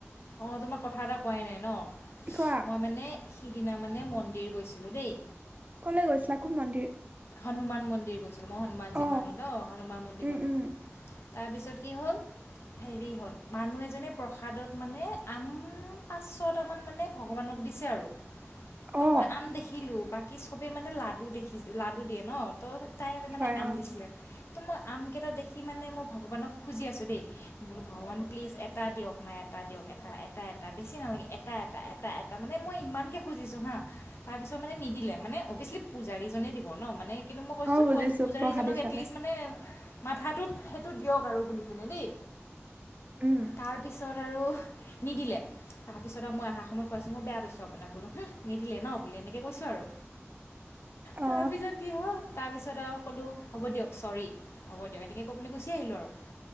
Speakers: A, on the left; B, on the right.
A: অঁহ তোমাক কথা এটা কোৱাই নাই ন?
B: কোৱা?
A: মই মানে সিদিনা মানে মন্দিৰ গৈছিলোঁ দেই।
B: ক'লে গৈছিলা কোন মন্দিৰ?
A: হনুমান মন্দিৰ গৈছিলোঁ, মই হনুমানজীক
B: অ
A: মানু ন হনুমান মন্দিৰ
B: উম
A: গ'লোঁ।
B: উম
A: তাৰপিছত কি হ'ল? হেৰি হ'ল, মানুহ এজনে প্ৰসাদত মানে আম পাঁচ ছটা মান মানে- ভগৱানক দিছে আৰু। ত
B: অ
A: মই আম দেখিলো, বাকি চবে মানে লাডু দেখি লাডু দিয়ে ন। ত' তাই মানে
B: হয়
A: আম
B: অ
A: দিছিলে। তো মই আমকেইটা দেখি মানে মই ভগৱানক খুজি আছোঁ দেই, বোলো ভগৱান প্লিজ এটা দিয়ক না- টা দিয়ক এটা এটা এটা বেছি নালাগে এটা এটা এটা এটা মানে মই ইমানকে খুজিছোঁ হাঁ, - তাৰপিছত মানে নিদিলে, মানে অ'ভিয়েচলি পূজাৰীজনে দিব ন মানে- কিন্তু মই কৈছোঁ
B: অ
A: যে,
B: বুজিছো
A: ‌ পজ পূজাৰীজনক
B: প্ৰসাদ হিচাপে।
A: এটলিষ্ট মানে- মাথাটোত সেইটো দিয়ক আৰু বুলি কিনে দেই।
B: উম।
A: তাৰপিছত আৰু- নিদিলে। তাপিছত আৰু মই আহা সময়ত কৈ আছো মই বেয়া পাইছোঁ আপোনাক বোলো, হুমহ নিদিলে ন বুলি এনেকে কৈছো আৰু। তাৰপিছত
B: অ
A: কি হ'ল? তাৰপিছত আৰু ক'লোঁ হ'ব দিয়ক চৰি হ'ব দিয়ক এনেকে কৈ পিলে গুচি আহিলোঁ আৰু।